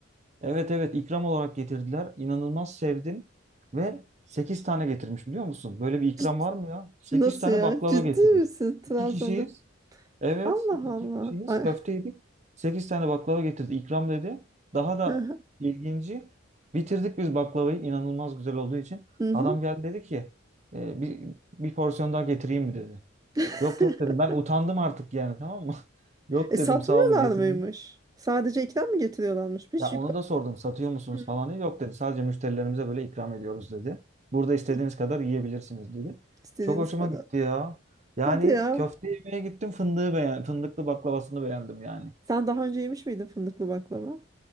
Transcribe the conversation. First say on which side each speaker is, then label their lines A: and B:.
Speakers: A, on the right; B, on the right.
A: Evet evet ikram olarak getirdiler. İnanılmaz sevdim ve 8 tane getirmiş biliyor musun? Böyle bir ikram
B: Ciddi.
A: var mı ya? 8
B: Nasıl
A: tane
B: ya?
A: baklava
B: Ciddi
A: getirmiş.
B: misin? Trabzon'da
A: İki kişiyiz. Evet,
B: Allah
A: iki
B: Allah.
A: kişiyiz.
B: Ay-
A: Köfte yedik. Sekiz tane baklava getirdi. İkram dedi. Daha da
B: <laughs>
A: ilginci. Bitirdik biz baklavayı. inanılmaz güzel olduğu için.
B: Hı
A: Adam
B: hı.
A: geldi dedi ki "E, bir, bir porsiyon daha getireyim mi dedi.
B: <laughs>
A: Yok yok dedim. Ben utandım artık yani tamam mı? <laughs> Yok
B: E satmıyorlar
A: dedim sağ olun getirmeyin.
B: mıymış? Sadece ikram mı getiriyorlarmış? Bir
A: Ya
B: şey
A: onu da sordum satıyor musunuz
B: Hı.
A: falan diye. Yok dedi sadece müşterilerimize böyle ikram ediyoruz dedi. Burada istediğiniz
B: İ-
A: kadar yiyebilirsiniz dedi.
B: İstediğiniz
A: Çok hoşuma
B: kadar.
A: gitti ya. Yani
B: Hadi ya.
A: köfte yemeye gittim fındığı beğen fındıklı baklavasını beğendim yani.
B: Sen daha önce yemiş miydin fındıklı baklava?